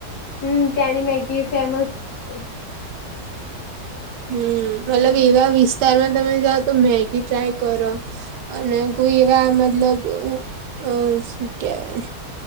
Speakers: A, on the left; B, on the right.
A: હમ ત્યાં ની મેગી ફેમસ. છે.
B: હમ મતલબ એવા વિસ્તારમાં તમે જાઓ તો મેગી ટ્રાય કરો. અને કોઈ એવા મતલબ અ શું કેવાય.